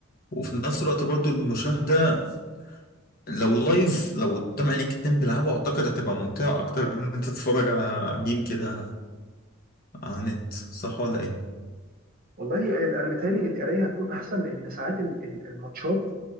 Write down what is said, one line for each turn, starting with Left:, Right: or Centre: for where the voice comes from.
Left: وفي نفس الوقت برضو المشاهدة لو لايف لو قدام عينيك اتنين بيلعبوا اعتقد هتبقى ممتعة اكتر من إن انت تتفرج على جيم كده على النت صح ولا ايه؟
Right: والله ال- انا متهيألي القرايه هتكون احسن لان ساعات ال- ال- الماتشات